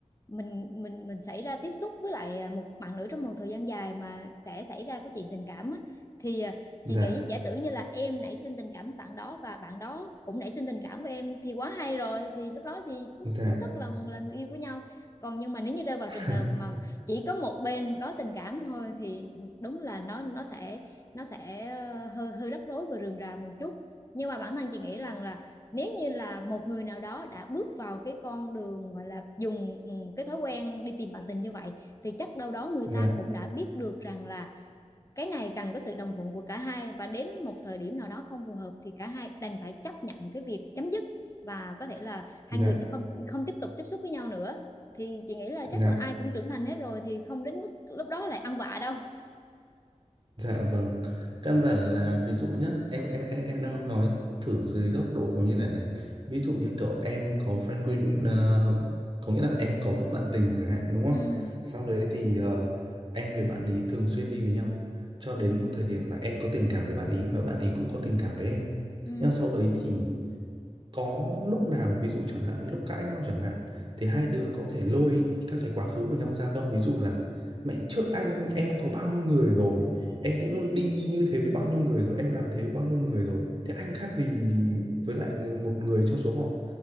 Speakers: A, on the left; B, on the right.
A: mình mình mình xảy ra tiếp xúc với lại à, một bạn nữ trong một thời gian dài mà sẽ xảy ra cái chuyện tình cảm á, thì à,
B: dạ
A: chị nghĩ giả sử như là em nảy sinh tình cảm với bạn đó và bạn đó cũng nảy sinh tình cảm với em thì quá hay rồi thì lúc đó thì
B: dạ
A: chính
B: dạ.
A: thức là là người yêu của nhau còn nhưng mà nếu như rơi vào
B: <laughs>
A: trường hợp mà chỉ có một bên có tình cảm thôi thì đúng là nó nó sẽ nó sẽ ờ, hơi hơi rắc rối và rườm rà một chút nhưng mà bản thân chị nghĩ rằng là nếu như là một người nào đó đã bước vào cái con đường gọi là dùng ừ, cái thói quen đi tìm bạn tình như vậy thì chắc đâu đó người
B: dạ
A: ta cũng đã biết được rằng là cái này cần có sự đồng thuận của cả hai và đến một thời điểm nào đó không phù hợp thì cả hai đành phải chấp nhận cái việc chấm dứt và có thể là hai
B: dạ
A: người sẽ không không tiếp tục tiếp xúc với nhau nữa thì chị nghĩ là chắc
B: dạ
A: là ai cũng trưởng thành hết rồi thì không đến mức lúc đó lại ăn vạ đâu
B: dạ vâng căn bản là ví dụ nhá em em em, em đang nói thử dưới góc độ như này này ví dụ như kiểu em có friend win ờ, có nghĩa là em có một bạn tình chẳng hạn đúng không
A: ừ
B: sau đấy thì ờ, em với bạn ấy thường xuyên đi với nhau cho đến một thời điểm mà em có tình cảm với bạn ấy mà bạn ấy cũng có tình cảm với em
A: ừ
B: nhưng mà sau đấy thì có lúc nào ví dụ chẳng hạn lúc cãi nhau chẳng hạn thì hai đứa có thể lôi các cái quá khứ của nhau ra không ví dụ là mẹ trước anh em có bao nhiêu người rồi em cũng đi như thế với bao nhiêu người rồi em làm thế với bao nhiêu người rồi thế anh khác gì với lại một người trong số họ